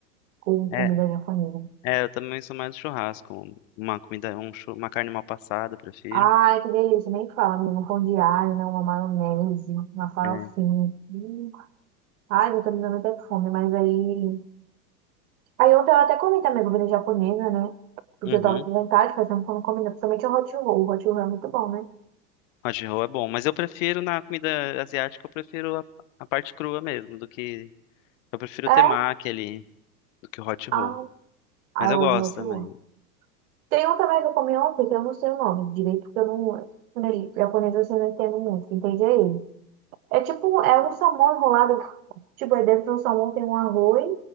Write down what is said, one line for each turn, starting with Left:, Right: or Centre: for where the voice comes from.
Right: Com
Left: É,
Right: comida japonesa.
Left: é, eu também sou mais do churrasco. Uma comida, um, chu- uma carne mal passada, eu prefiro.
Right: Ai, que delícia, nem fala, menino. Um pão de alho, né? Uma maionese, uma farofinha.
Left: É.
Right: Hum. Ai, eu tô me dando até fome, mas aí. Aí ontem eu até comi também comida japonesa, né? Porque
Left: Uhum.
Right: eu tava com vontade de fazer uma comida, principalmente o hot roll. O hot roll é muito bom, né?
Left: Hot roll é bom, mas eu prefiro na comida asiática, eu prefiro a, a parte crua mesmo, do que eu prefiro
Right: É?
Left: o temaki ali, do que o hot roll.
Right: Ah, ah,
Left: Mas
Right: eu
Left: eu gosto
Right: gosto de
Left: também.
Right: hot roll. Tem um também que eu comi ontem, que eu não sei o nome direito, porque eu não. Quando ele- Japonês assim, eu não entendo muito, entende aí? É tipo, é um salmão enrolado. Tipo, aí dentro do salmão tem um arroz.